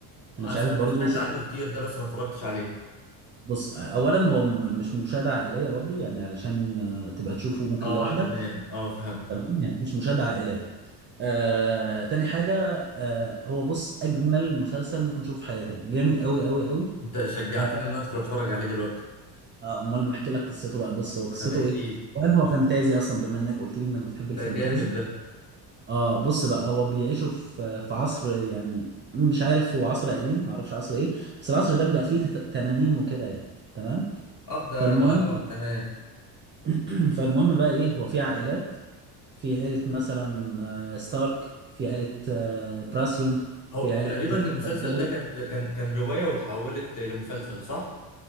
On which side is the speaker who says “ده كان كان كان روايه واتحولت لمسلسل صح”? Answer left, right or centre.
Left